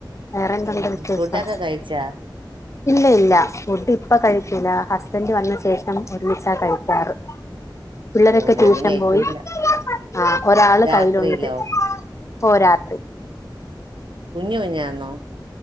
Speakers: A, on the left; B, on the right.
A: വേറെന്തുണ്ട്
B: ഉം
A: വിശേഷം?
B: ഫുഡൊക്കെ കഴിച്ചാ
A: ഇല്ല ഇല്ല ഫുഡ് ഇപ്പ കഴിക്കൂല ഹസ് ബൻഡ് വന്ന ശേഷം ഒരുമിച്ച കഴിക്കാറ്. പിള്ളരൊക്കെ
B: ഓ ഞാനും
A: ടൂഷൻ
B: കഴിച്ചില്ല
A: പോയി ആ ഒരാള്
B: രാത്രിയിലോ
A: കയ്യിലുണ്ട് ഓ രാത്രി
B: കുഞ്ഞ് കുഞ്ഞാന്നോ?